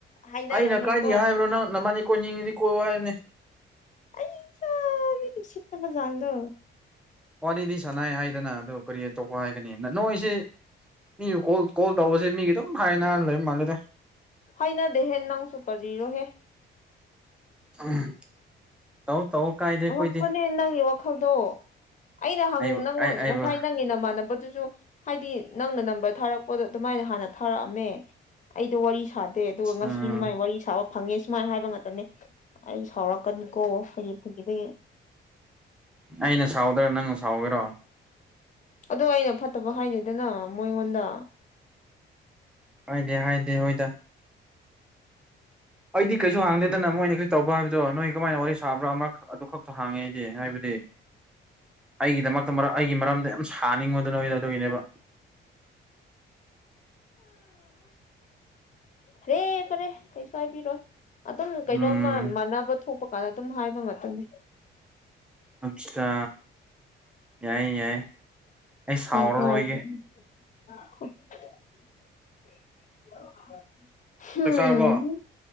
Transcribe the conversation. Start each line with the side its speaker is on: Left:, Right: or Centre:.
Left: ꯍꯥꯏꯅꯔꯣ
Centre: ꯑꯩꯅ
Left: ꯅꯣꯏꯀꯣ
Centre: ꯀꯥꯏꯗꯒꯤ ꯍꯥꯏꯕ꯭ꯔꯣ ꯅꯪ ꯅꯕꯥꯅꯤ ꯀꯣꯏꯅꯤꯡꯉꯗꯤ ꯀꯣꯏꯌꯣ ꯍꯥꯏꯕꯅꯦ
Left: ꯑꯩꯆꯥ ꯃꯤ ꯎꯁꯤꯠꯇꯕ ꯖꯥꯡꯗꯣ
Centre: ꯋꯥꯔꯤꯗꯤ ꯁꯥꯟꯅꯥꯏ ꯍꯥꯏꯗꯅ ꯑꯗꯨ ꯀꯔꯤ ꯇꯣꯛꯄ ꯍꯥꯏꯒꯅꯤ ꯅꯣꯏꯁꯤ ꯃꯤ ꯀꯣꯜ ꯀꯣꯜ ꯇꯧꯕꯁꯦ ꯃꯤꯒꯤ ꯑꯗꯨꯝ ꯍꯥꯏꯅ ꯂꯩ ꯃꯥꯜꯂꯦꯗ
Left: ꯍꯩꯅꯗꯦꯍꯦ ꯅꯪꯁꯨ ꯀꯔꯤꯔꯣꯍꯦ
Centre: <unintelligible> ꯇꯧ ꯇꯧ ꯀꯥꯏꯗꯦ ꯑꯩꯈꯣꯏꯗꯤ
Left: ꯑꯉꯛꯄꯅꯤ ꯅꯪꯒꯤ ꯋꯥ ꯈꯜꯗꯣ ꯑꯩꯅ ꯍꯪ
Centre: ꯑꯩꯕꯨ
Left: ꯅꯪꯉꯣꯟ
Centre: ꯑꯩ ꯑꯩꯕꯨ
Left: ꯉꯁꯥꯏ ꯅꯪꯒꯤ ꯅꯃꯥꯟꯅꯕꯗꯨꯁꯨ ꯍꯥꯏꯗꯤ ꯅꯪꯅ ꯅꯝꯕꯔ ꯊꯥꯔꯛꯄꯗꯣ ꯑꯗꯨꯃꯥꯏꯅ ꯍꯥꯟꯅ ꯊꯥꯔꯛꯑꯝꯃꯦ ꯑꯩꯗꯣ ꯋꯥꯔꯤ ꯁꯥꯗꯦ ꯑꯗꯨꯒ ꯉꯁꯤꯅꯦ
Centre: ꯎꯝ
Left: ꯃꯥꯏ ꯋꯥꯔꯤ ꯁꯥꯕ ꯐꯪꯉꯦ ꯁꯨꯃꯥꯏꯅ ꯍꯥꯏꯕ ꯉꯥꯛꯅꯦ ꯑꯩ ꯁꯥꯎꯔꯛꯀꯅꯤꯀꯣ ꯐꯒꯤ ꯐꯒꯤꯗꯒꯤ
Centre: ꯑꯩꯅ ꯁꯥꯎꯗ꯭ꯔꯥ ꯅꯪꯅ ꯁꯥꯎꯒꯔꯣ
Left: ꯑꯗꯣ ꯑꯩꯅ ꯐꯠꯇꯕ ꯍꯥꯏꯗꯦꯗꯅ ꯃꯣꯏꯉꯣꯟꯗ
Centre: ꯍꯥꯏꯗꯦ ꯍꯥꯏꯗꯦ ꯍꯣꯏꯗ ꯑꯩꯗꯤ ꯀꯩꯁꯨ ꯍꯪꯗꯦꯗꯅ ꯃꯣꯏꯅ ꯀꯔꯤ ꯇꯧꯕ ꯍꯥꯏꯕꯗꯣ ꯅꯣꯏ ꯀꯃꯥꯏꯅ ꯋꯥꯔꯤ ꯁꯥꯕ꯭ꯔꯥ ꯑꯃ ꯑꯗꯨ ꯈꯛꯇ ꯍꯥꯡꯉꯦ ꯍꯥꯏꯕꯗꯤ ꯑꯩꯒꯤꯗꯃꯛꯇ ꯑꯩꯒꯤ ꯃꯔꯝꯗ ꯌꯥꯝ ꯁꯥꯅꯤꯡꯉꯣꯗꯨ ꯅꯣꯏꯗꯨ ꯑꯗꯨꯒꯤꯅꯦꯕ
Left: ꯍ꯭ꯔꯦ ꯐꯔꯦ ꯀꯩꯁꯨ ꯍꯥꯏꯕꯤꯔꯣꯏ ꯑꯗꯨꯝ ꯀꯩꯅꯣꯝꯃ
Centre: ꯎꯝ
Left: ꯃꯥꯟꯅꯕ ꯊꯣꯛꯄ ꯀꯥꯟꯗ ꯑꯗꯨꯝ ꯍꯥꯏꯕ ꯉꯛꯇꯅꯦ
Centre: ꯑꯠꯆꯥ ꯌꯥꯏ ꯌꯥꯏ ꯑꯩ ꯁꯥꯎꯔꯔꯣꯏꯒꯦ
Left: ꯀꯩꯁꯨ ꯍꯥꯏꯗꯦ <unintelligible>
Centre: ꯆꯥꯛ ꯆꯥꯔꯕꯣ